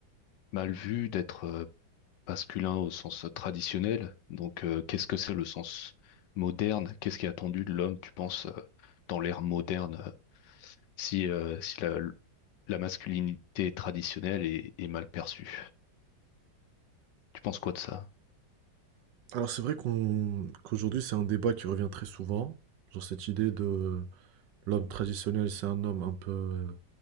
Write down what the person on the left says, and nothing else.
mal vu d'être euh, masculin au sens traditionnel. Donc, euh, qu'est-ce que c'est le sens moderne? Qu'est-ce qui est attendu de l'homme, tu penses, euh, dans l'ère moderne, euh, si euh, si la, la masculinité traditionnelle est, est mal perçue? Tu penses quoi de ça?